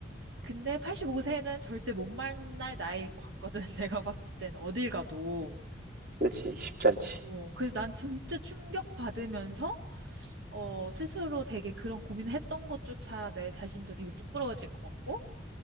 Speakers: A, on the right; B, on the right.
A: 근데 85세는 절대 못 만날 나이일 것 같거든. <laughs> 내가 봤을 때는 어딜 가도.
B: 그치, 쉽지 않지.
A: 어, 그래서 난 진짜 충격받으면서 어, 스스로 되게 그런 고민을 했던 것조차 내 자신도 되게 부끄러워질 것 같고